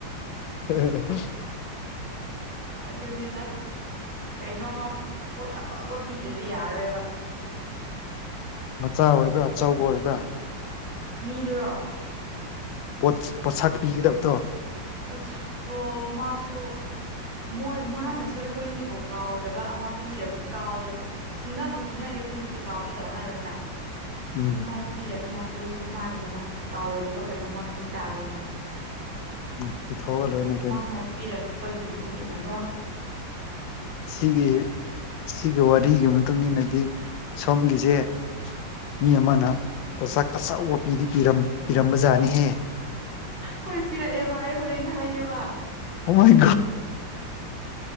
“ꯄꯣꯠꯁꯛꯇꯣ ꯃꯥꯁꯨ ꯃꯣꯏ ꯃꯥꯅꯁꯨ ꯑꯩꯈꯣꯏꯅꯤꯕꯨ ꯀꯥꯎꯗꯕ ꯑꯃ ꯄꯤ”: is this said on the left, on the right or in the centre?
Right